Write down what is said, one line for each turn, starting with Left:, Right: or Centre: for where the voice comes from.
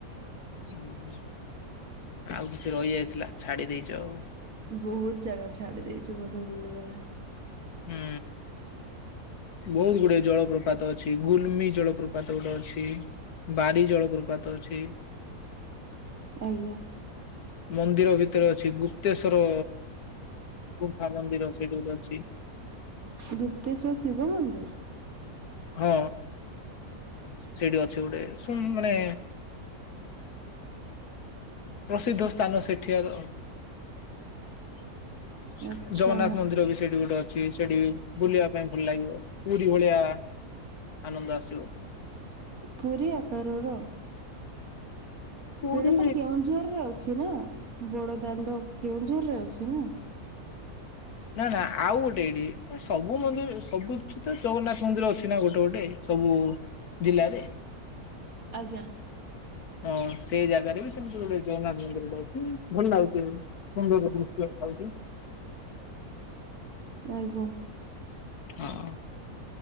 Left: ହୁଁ ହୁଁ ଆଉ କିଛି ରହିଯାଇଥିଲା ଛାଡି ଦେଇଚ।
Right: ବହୁତ ଜାଗା ଛାଡି ଦେଇଛୁ ବୋଧେ ବୁଲିବାରେ।
Left: ହୁଁ ବହୁତ ଗୁଡେ ଜଳପ୍ରପାତ ଅଛି ଗୁଲମି ଜଳପ୍ରପାତ ଗୋଟେ ଅଛି। ବାରି ଜଳପପାତ ଅଛି।
Right: ଆଜ୍ଞା।
Left: ମନ୍ଦିର ଭିତରେ ଅଛି ଗୁପ୍ତେଶ୍ଵର ଗୁମ୍ଫା ମନ୍ଦିର ସେଇଠି ଗୋଟେ ଅଛି।
Right: ଗୁପ୍ତେଶ୍ଵର ଶିବ ମନ୍ଦିରି।
Left: ହଁ ସେଇଠି ଅଛି ଗୋଟେ ଶୁ ମାନେ ପ୍ରସିଦ୍ଧ ସ୍ଥାନ ସେଠିକାର
Right: ଆଚ୍ଛା
Left: ଜଗନ୍ନାଥ ମନ୍ଦିର ବି ସେଠି ଗୋଟେ ଅଛି ସେଠି ବୁଲିବା ପାଇଁ ଭଲ ଲାଗିବ ପୁରୀ ଭଳିଆ ଆନନ୍ଦ ଆସିବ।
Right: ପୁରୀ ଆକାରର।
Left: ପୁରୀ
Right: ସେଇଟା ତ କେଉଁଝରରେ ଅଛି ନା ବଡ ଦାଣ୍ଡ କେଉଁଝର ରେ ଅଛି ନା।
Left: ନା ନା ଆଉ ଗୋଟେ ଏଠି ସବୁ ମନ୍ଦି ସବୁ ଛିତ ଜଗନ୍ନାଥ ମନ୍ଦିର ଅଛି ନା ଗୋଟେ ଗୋଟେ। ସବୁ ଜିଲ୍ଲାରେ।
Right: ଆଜ୍ଞା।
Left: ହଁ ସେଇ ଜାଗାରେ ବି ସେମିତି ଗୋଟେ ଜଗନ୍ନାଥ ମନ୍ଦିରଟେ ଅଛି ଭଲ ଲାଗୁଛି। ସୁନ୍ଦରର ଦୃଶ ଆଉକି।
Right: ଆଜ୍ଞ।
Left: ହଁ